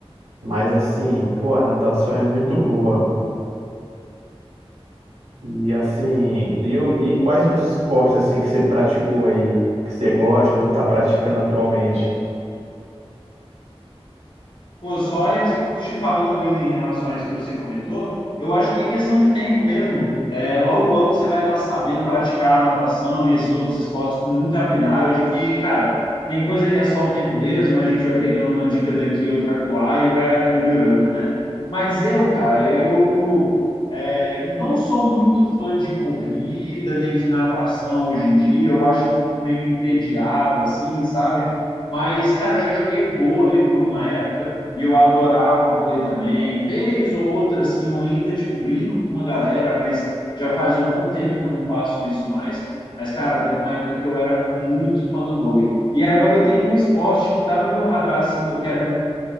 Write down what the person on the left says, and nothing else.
Pô, só res- te falando ainda em relação a isso que você comentou, eu acho que é questão de tempo mesmo. É, logo, logo você vai estar sabendo praticar natação e esses outros esportes com muita habilidade, que, cara, tem coisa que é só o tempo mesmo, a gente vai pegando uma dica daqui, outra acolá e vai melhorando, né? Mas eu, cara, eu é, não sou muito fã de corrida nem de natação hoje em dia, eu acho que eu fico meio entediado, assim, sabe? Mas, cara, eu já joguei vôlei por uma época e eu adorava vôlei também. Vez ou outra, assim, eu ainda, tipo, brinco com uma galera, mas já faz um bom tempo que eu não faço isso mais. Mas, cara, teve uma época que eu era muito fã do vôlei. E agora eu tenho um esporte que tá no meu radar, assim, que eu quero